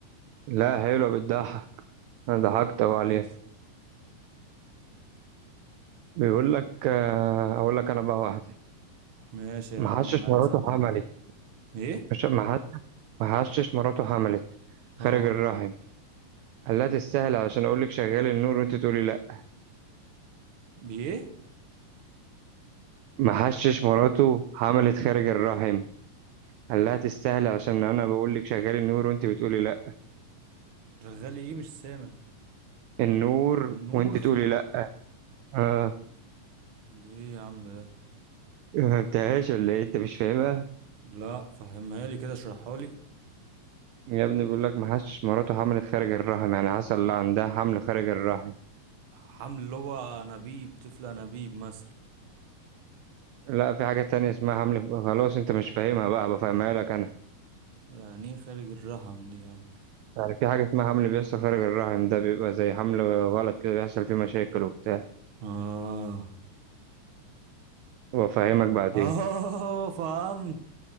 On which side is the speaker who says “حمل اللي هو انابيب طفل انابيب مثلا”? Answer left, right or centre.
Right